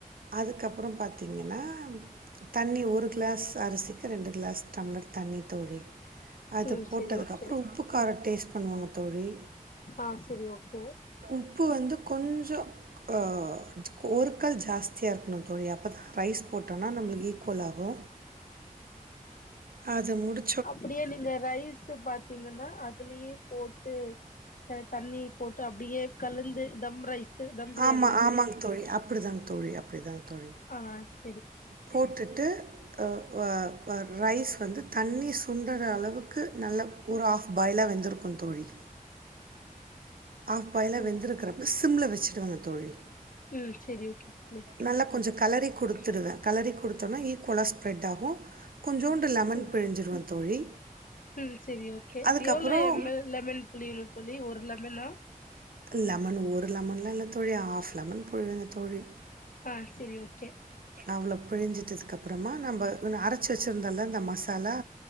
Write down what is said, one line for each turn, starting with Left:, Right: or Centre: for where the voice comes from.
Right: அதுக்கப்புறம் பாத்திங்கன்னா தண்ணி ஒரு க்ளாஸ் அரிசிக் ரெண்டு க்ளாஸ் டம்ளர் தண்ணி தோழி. அது
Left: ம்
Right: போட்டதுக்கு
Left: செரி ஓகே
Right: அப்றோ உப்பு காரோ டேஸ்ட் பண்வாங்க தோழி.
Left: ஆ செரி ஓகே
Right: உப்பு வந்து கொஞ்சொ அ ஜ் ஒருக்கல் ஜாஸ் தியா இருக்ணு தோழி அப்ப தா ரைஸ் போட்டனா நம்புளுக்கு ஈக்குவல் ஆகு. அது முடி
Left: அப்பிடியே நீங்க ரைஸு பாத்திங்கன்னா அதுலியே போட்டு அ தண்ணி போ ட்டு அப்டியே கலந்து தம் ரைஸு தம் பிரியாணி
Right: ஆமா
Left: மாதிரி.
Right: ஆமாங்க தோழி அப்படிதாங்க தோழி அப்படிதாங்க தோழி
Left: அ ஸ்
Right: போட்டுட்டு அ வ வ ரைஸ் வந்து தண்ணி சுண்டற அள வுக்கு நல்ல ஒரு ஆஃப் பாய்லா வெந்திருக்கு தோழி. ஆஃப் பாய்லா
Left: ம்
Right: வெந்திருக்கிறப்ப சிம்ல வெச்சுடுவங்க தோழி.
Left: ம் செரி ஓகே தோழி
Right: நல்லா கொஞ்சொ களறி குடுத்துடுவே களறி குடுத்தொனா ஈக்வலா ஸ்ப்ரெட் ஆகு. கொஞ்சோண்டு லெமன்
Left: ம்
Right: பிழிஞ்சிருவே தோழி.
Left: ம் செரி ஓகே
Right: அதுக்கப்புறம்
Left: எவ்ளோ எம் எல் லெமன் புழியணு தோழி ஒரு லெமனா?
Right: லெமன் ஒரு லெமன்லா இல்ல தோழி ஆஃப் லெமன் புழிங்க தோழி.
Left: அ செரி ஓகே.
Right: அவ்ளோ பிழிஞ்சிட்டதுக்கு அப்றமா நம்ப உன் அரைச்சி வெச்சுருந்தல்ல இந்த மசாலா